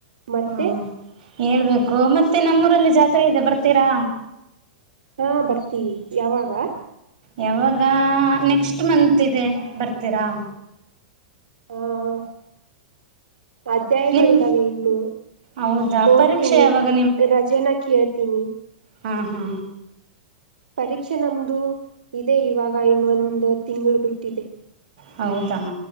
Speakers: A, on the right (about 85°); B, on the right (about 55°).
A: ಮತ್ತೆ.
B: ಹ್ಞೂ ಹೇಳ್ಬೇಕು ಮತ್ತೆ ನಮ್ಮಊರಲ್ಲಿ ಜಾತ್ರೆ ಇದೆ ಬರ್ತೀರಾ.
A: ಹಾ ಬರ್ತೀವಿ ಯಾವಾಗಾ.
B: ಯಾವಾಗ ನೆಕ್ಸ್ಟ್ ಮಂತ್ ಇದೆ ಬರ್ತೀರಾ.
A: ಹಾ ಹಾ ಅಧ್ಯಾಯಗಳಿದಾವೆ
B: ನಿಮ್ಮ
A: ಇನ್ನು
B: ಹೌದಾ
A: ನೋಡ್ತೀನಿ
B: ಪರೀಕ್ಷೆ ಯಾವಾಗ
A: ಅ ಅ ರಜೆನ. ಕೇಳ್ತೀನಿ.
B: ಹಾ ಹಾ
A: ಪರೀಕ್ಷೆ ನಮ್ಮದು ಇದೆ ಇವಾಗಾ ಇನ್ನೊಂದು ತಿಂಗಳು ಬಿಟ್ಟಿದೆ.
B: ಹೌದಾ